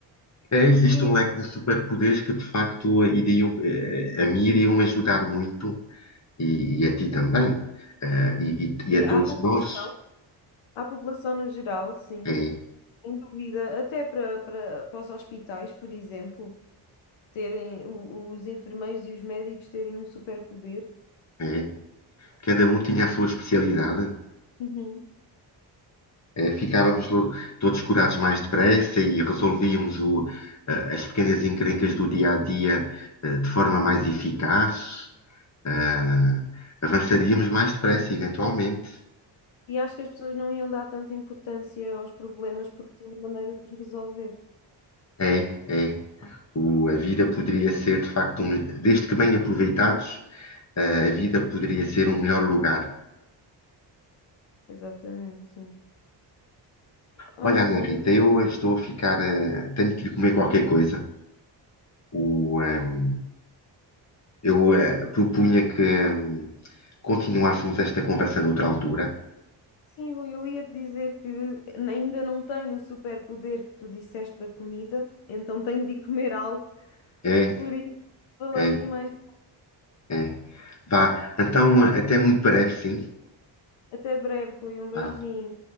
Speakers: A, on the left; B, on the left.
A: é, existe
B: E
A: um
B: mais,
A: leque de superpoderes que de facto iriam, eh, a mim iriam ajudar muito e, e a ti também, Ah, e, e- e
B: sim,
A: a todos
B: à população,
A: nós.
B: à população no geral, sim,
A: É,
B: sem dúvida, até para, para, para os hospitais, por exemplo, terem o- os enfermeiros e os médicos terem um superpoder.
A: é. Cada um tinha a sua especialidade.
B: Uhum.
A: Eh, Ficávamos to- todos curados mais depressa e resolvíamos o, eh, as pequenas encrencas do dia a dia, eh, de forma mais eficaz. Ah, avançaríamos mais depressa, eventualmente.
B: E acho que as pessoas não iam dar tanta importância aos problemas porque tinham maneira de os resolver.
A: É, é. O- a vida poderia ser, de facto, um- desde que bem aproveitados, ah, a vida poderia ser um melhor lugar.
B: Exatamente, sim. Ai,
A: Olha, Ana
B: Rui,
A: Rita,
B: olha,
A: eu estou a ficar. ah, tenho que ir comer qualquer coisa. O, ahm, Eu eh, propunha que hum, continuássemos esta conversa noutra altura.
B: sim, Rui, eu ia te dizer que ainda não tenho o superpoder que tu disseste da comida, então tenho de ir comer algo.
A: É,
B: Por isso, falamos
A: é,
B: mais.
A: é. Vá, então até muito breve, sim.
B: Até breve, Rui. Um beijinho.
A: Vá.